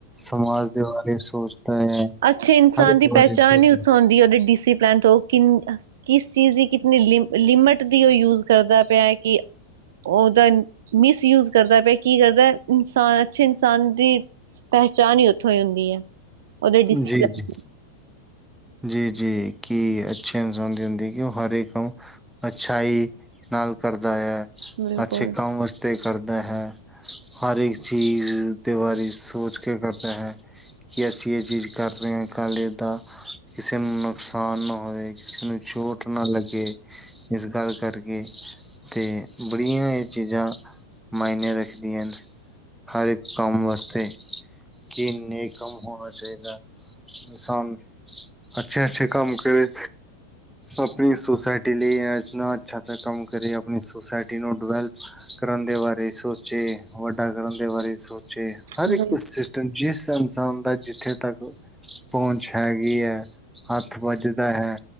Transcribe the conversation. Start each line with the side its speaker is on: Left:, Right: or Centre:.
Centre: ਸਮਾਜ ਦੇ ਬਾਰੇ ਸੋਚਦਾ ਹੈ।
Right: ਅੱਛੇ, ਇਨਸਾਨ
Centre: ਹਰ ਇੱਕ
Right: ਦੀ
Centre: ਬਾਰੇ
Right: ਪਹਿਚਾਣ
Centre: ਸੋਚ
Right: ਹੀ ਉਥੋ ਹੁਂਦੀ ਉਹਦੇ ਡੀਸੀ ਪਲੈ ਤੋਂ ਕਿੰਨ ਕਿਸ ਚੀਜ਼ ਦੀ, ਕਿਤਨੀ ਲਿ ਲਿਮਟ ਦੀ ਉਹ ਯੂਜ ਕਰਦਾ ਪਿਆ ਹੈ ਕਿ ਉਹਦਾ ਮਿਸਯੂਜ ਕਰਦਾ ਪਿਆ, ਕੀ ਕਰਦਾ ਇਨਸਾਨ ਅੱਛੇ ਇਨਸਾਨ ਦੀ ਪਹਿਚਾਨ ਹੀ ਉੱਥੋਂ ਹੁੰਦੀ ਹੈ। ਉਹਦੇ ਡਿਸਿਪਲਨ।
Centre: ਜੀ ਜੀ ਜੀ, ਜੀ ਕੀ ਅੱਛੇ ਇਨਸਾਨ ਦੀ ਹੁੰਦੀ ਕਿ ਉਹ ਹਰ ਏਕ ਅੱਛਾਈ, ਨਾਲ ਕਰਦਾ ਐ।
Right: ਬਿਲਕੁਲ
Centre: ਅੱਛੇ ਕੰਮ ਵਾਸਤੇ ਕਰਦਾ ਹੈ। ਹਰ ਇੱਕ, ਚੀਜ਼ ਦੇ ਬਾਰੇ ਸੋਚ ਕੇ ਕਰਦਾ ਹੈ ਕਿ ਅਸੀਂ ਏ ਚੀਜ਼ ਕਰ ਰੇ ਆਂ ਕੱਲ ਏਦਾ ਕਿਸੇ ਨੂੰ ਨੁਕਸਾਨ ਨਾ ਹੋਏ। ਕਿਸੇ ਨੂੰ ਚੋਟ ਨਾ ਲੱਗੇ। ਇਸ ਗੱਲ ਕਰਕੇ ਤੇ ਬੜੀਆਂ ਏ ਚੀਜ਼ਾਂ ਮਾਇਨੇ ਰੱਖਦੀਆਂ ਨ ਹਰ ਇਕ ਕੰਮ ਵਾਸਤੇ। ਕੀ ਨੇਕ ਕੰਮ ਹੋਣ ਹੋਣਾ ਚਾਹੀਦਾ ਇਨਸਾਨ ਅੱਛੇ, ਅੱਛੇ ਕੰਮ ਕਰੇ ਆਪਣੀ ਸੋਸਾਇਟੀ ਲਈ ਇਨਾ ਅੱਛਾ, ਅਛਾ ਕੰਮ ਕਰੇ ਅਪ ਅਪਨੀ ਸੋਸਾਇਟੀ ਨੂੰ ਡਵੈਲਪ ਕਰਨ ਦੇ ਬਾਰੇ ਸੋਚੇ ਵੱਡਾ ਕਰਨ ਦੇ ਬਾਰੇ ਸੋਚੇ। ਹਰ
Right: ਬਿਲਕੁਲ
Centre: ਇੱਕ ਸਿਸਟਮ ਜਿਸ ਇਨਸਾਨ ਦਾ ਜਿੱਥੇ ਤੱਕ ਪੌਂਚ ਹੈਗੀ ਐ। ਹੱਥ, ਵੱਜਦਾ ਹੈ